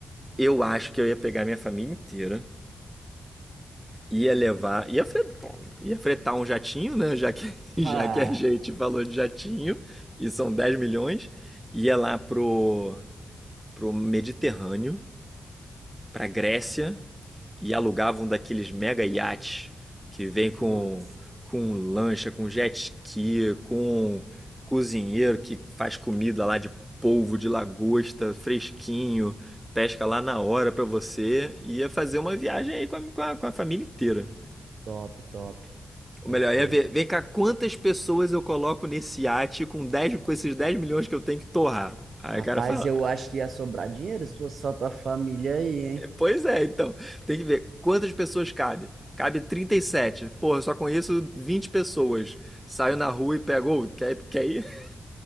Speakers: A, in the centre; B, on the right.
A: Eu acho que eu ia pegar minha família inteira, ia levar, ia fretar, ia fretar um jatinho, né? Já que, <laughs> já
B: Ah,
A: que a gente falou de jatinho, e são 10 milhões, ia lá pro pro Mediterrâneo, pra Grécia, e alugavam daqueles mega iates que vem com,
B: putz,
A: com lancha, com jet ski, com cozinheiro que faz comida lá de polvo, de lagosta, fresquinho, pesca lá na hora pra você, e ia fazer uma viagem aí com a, com a, com a família inteira.
B: top, top.
A: Ou
B: Gostei.
A: melhor, ia ver, vem cá, quantas pessoas eu coloco nesse iate com, 10 com esses 10 milhões que eu tenho que torrar? Aí
B: Rapaz,
A: o cara fala,
B: eu acho que ia sobrar dinheiro se fosse só tua família aí, hein?
A: Pois é, então. Tem que ver quantas pessoas cabe. Cabe 37. Porra, eu só conheço 20 pessoas. Saio na rua e pego, ô, quer, quer ir? <laughs>